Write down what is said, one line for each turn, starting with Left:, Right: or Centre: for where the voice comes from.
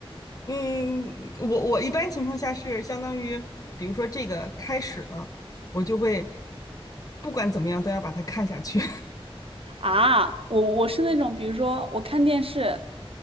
Left: 嗯，我我一般情况下是相当于，比如说这个开始了，我就会不管怎么样都要把它看下去。
Right: <laughs> 啊。我我是那种，比如说我看电视，